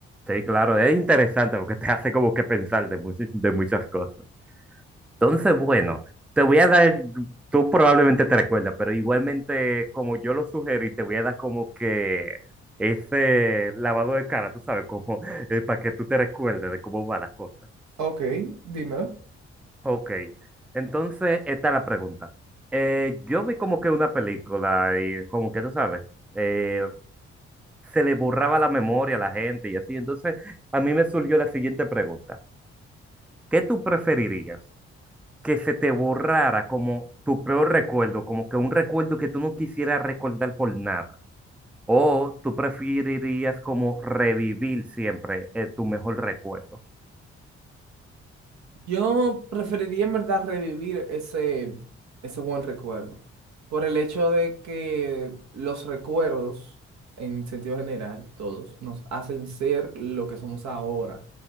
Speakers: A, in the centre; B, on the right.
A: Sí, claro, es interesante porque te hace como que pensar de muchas, de muchas cosas. Entonces, bueno, te voy a dar, tú probablemente te recuerdas, pero igualmente como yo lo sugerí, te voy a dar como que ese lavado de cara, tú sabes, como <laughs> eh, para que tú te recuerdes de cómo van las cosas.
B: Ok, dímelo.
A: Ok, entonces esta es la pregunta. Eh, yo vi como que una película y como que tú sabes, eh, se le borraba la memoria a la gente y así, entonces a mí me surgió la siguiente pregunta. ¿Qué tú preferirías? que se te borrara como tu peor recuerdo, como que un recuerdo que tú no quisieras recordar por nada. O tú preferirías como revivir siempre eh, tu mejor recuerdo.
B: Yo preferiría en verdad revivir ese, ese buen recuerdo, por el hecho de que los recuerdos, en sentido general, todos, nos hacen ser lo que somos ahora.